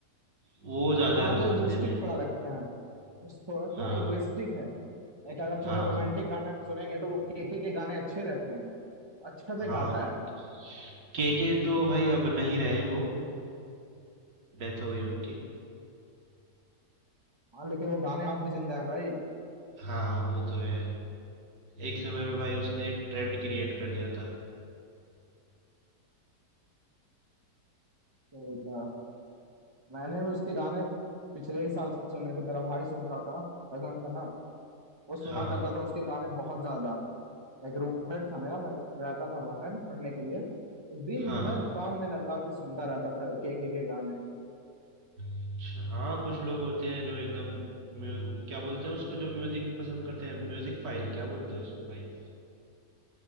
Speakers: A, on the right; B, on the right.
A: वो ज्यादा
B: हाँ
A: है
B: वो
A: उस
B: इगोइस्टिक
A: बंदे में
B: थोड़ा लगता है उस थोड़ा
A: हाँ
B: थोड़ा इगोइस्टिक है लाइक अगर
A: हाँ
B: थोड़े रोमांटिक गाने हम सुनेंगे तो वो केके के गाने अच्छे रहते हैं अच्छा से
A: हाँ
B: गाता है
A: के के तो भाई अब नहीं रहे वो डेथ हो गई उनकी
B: हाँ लेकिन वो गाने आज भी जिंदा है भाई
A: हाँ वो तो है एक समय पे भाई उसने एक ट्रेंड क्रिएट कर दिया था
B: तो, तो मैंने भी उसके गाने पिछले ही साल सुने थे मेरा भाई सुनता था कजन था ना वो सुना
A: हाँ
B: करता था उसके गाने बहुत ज्यादा एक रूममेट था मेरा मैं रहता था बाहर पढ़ने के लिए दिन
A: हाँ
B: भर
A: हाँ
B: कान में लगा के सुनता रहता था के के के गाने
A: अच्छा हाँ कुछ लोग होते हैं जो एकदम म्यू- क्या बोलते हैं उसको जो म्यूजिक पसंद करते हैं म्यूजिक फाइल क्या बोलते हैं उसको भाई